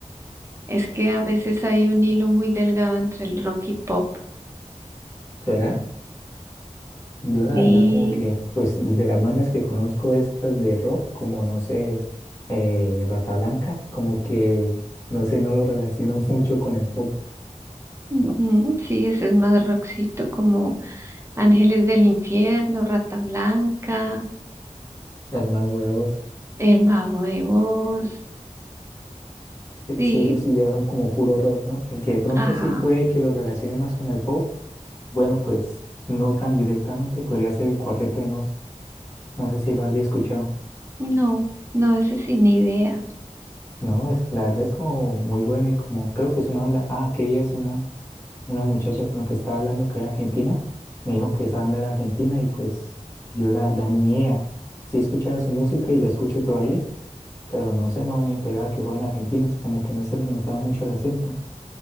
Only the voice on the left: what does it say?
¿Será? Yo la
verdad como que, pues de las bandas que conozco estas de rock, como no sé, eh, Rata Blanca, como que, no sé, no lo relaciono <laughs> mucho con el pop,
Alma Huevos.
Eh,
Sí, eso sí, ya son como puro rock, ¿no? El que de pronto
sí puede que lo relacione más con el pop, bueno, pues no tan directamente, podría ser el Cuarteto de Nos. No sé si lo haya escuchado.
No, es, la verdad es como muy bueno y como creo que es una banda. Ah, que ella es una, una muchacha con la que estaba hablando que era argentina. Me dijo que esa banda era argentina y pues yo la verdad ni idea. Sí escuchaba su música y la escucho todavía, pero no sé, no me enteraba que fueran argentinos, como que no se les notaba mucho el acento.